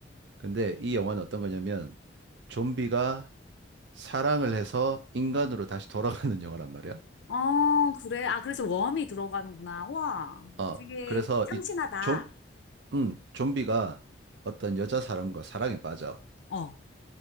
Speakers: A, on the right (about 65°); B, on the left (about 70°).
A: 근데 이 영화는 어떤 거냐면 좀비가 사랑을 해서 인간으로 다시 돌아가는 <laughs> 영화란 말이야.
B: 어, 그래. 아, 그래서 웜이 들어가는구나. 와,
A: 어,
B: 되게
A: 그래서
B: 참신하다.
A: 이 좀, 음, 좀비가 어떤 여자 사람과 사랑에 빠져.
B: 어.